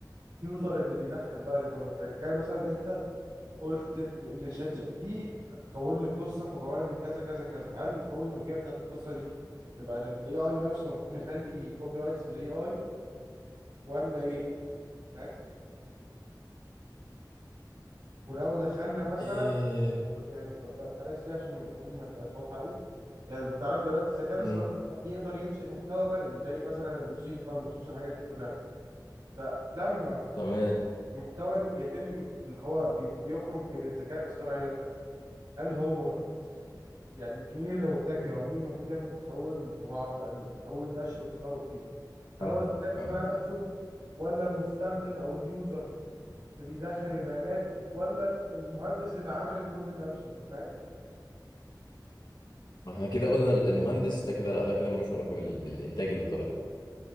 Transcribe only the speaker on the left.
آه،
مم.
تمام
فاهمك
فاهمك
ما احنا كده قلنا ال- المهندس ده كده لا ده كده ملوش علاقة بال... بالإنتاج اللي طلع